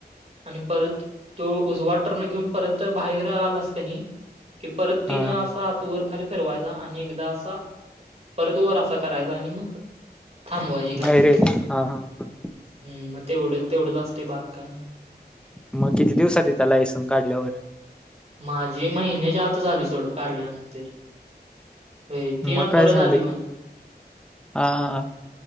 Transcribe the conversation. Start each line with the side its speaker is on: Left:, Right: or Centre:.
Right: आणि परत तो उजवा टर्न घेऊन परत बाहेर आलास की नाही की परत तीन
Centre: हा
Right: वेळा असा हात वर खाली फिरवायचा आणि एकदा असा परत वर असा करायचा आणि मग थांबवायची गाडी
Centre: बाहेर
Right: हम्म
Centre: आहेत हा हा हा
Right: मग तेवढे तेवढेच असतंय बाकी काय नाही.
Centre: मग किती दिवसात येत्या लायसन्स काढल्यावर?
Right: माझी महिन्याच्या आताच आली सोड काढल्यानंतर. होय तीन
Centre: मग
Right: आठवड्यात
Centre: काय झालं
Right: आली माझी
Centre: की हां,